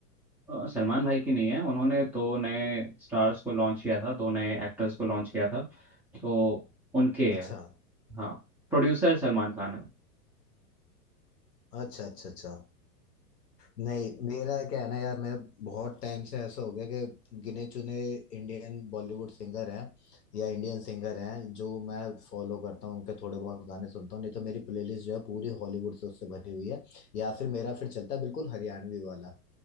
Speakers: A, in the centre; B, on the left.
A: अ, सलमान भाई की नहीं है उन्होंने दो नए स्टार्स को लॉन्च किया था दो नए एक्टर्स को लॉन्च किया था तो उनके
B: अच्छा
A: है हाँ प्रोड्यूसर सलमान खान है
B: अच्छा अच्छा अच्छा नहीं मेरा क्या है ना यार मैं बहुत टाइम से ऐसा हो गया कि गिने चुने इंडियन बॉलीवुड सिंगर हैं या इंडियन सिंगर हैं जो मैं फॉलो करता हूँ उनके थोड़े बहुत गाने सुनता हूँ नहीं तो मेरी प्लेलिस्ट जो है पूरी हॉलीवुड से उससे भरी हुई है या फिर मेरा फिर चलता है बिल्कुल हरियाणवी वाला